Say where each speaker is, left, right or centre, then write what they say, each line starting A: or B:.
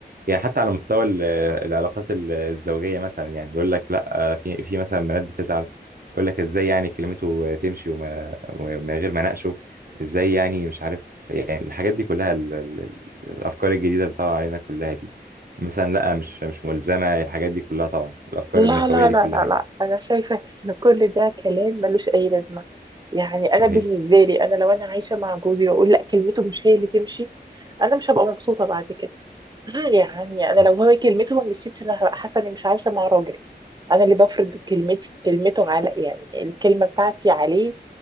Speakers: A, on the right; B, on the right.
A: يعني حتى على مستوى ال- العلاقات ال- الزوجية مثلا يعني يقول لك لا في في مثلا بنات بتزعل يقول لك ازاي يعني كلمته تمشي وما ومن غير ما اناقشه ازاي يعني مش عارف إيه. يعني الحاجات دي كلها ال- ال- ال- الافكار الجديدة اللي طالعة علينا كلها دي مثلا لا مش مش ملزمة الحاجات دي كلها طبعا الافكار
B: لا
A: النسوية
B: لا
A: دي
B: لا
A: كلها
B: لا
A: يعني
B: لا انا شايفه ان كل ده كلام ملوش اي لازمه يعني
A: صحيح
B: انا بالنسبه لي انا لو انا عايشه مع جوزي واقول لا كلمته مش هي اللي تمشي انا مش هبقى مبسوطه بعد كده يعني
A: صح
B: انا لو هو كلمته ما مشيتش انا هبقى حاسه اني مش عايشه مع راجل انا اللي بفرض كلمتي كلمته على يعني الكلمه بتاعتي عليه